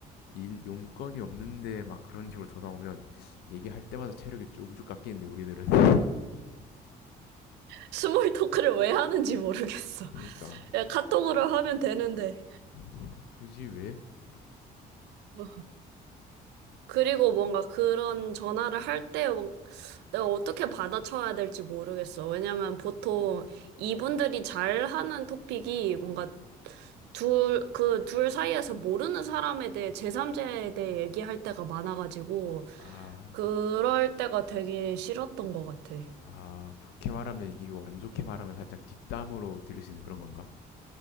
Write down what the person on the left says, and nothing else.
일 용건이 없는데 막 그런 식으로 전화 오면 얘기할 때마다 체력이 쭉쭉 깎이는데 우리들은 <laughs>
그러니까
뭐 굳이 왜?
아
아, 좋게 말하면 이기고 안 좋게 말하면 살짝 뒷담으로 들릴 수 있는 그런 건가?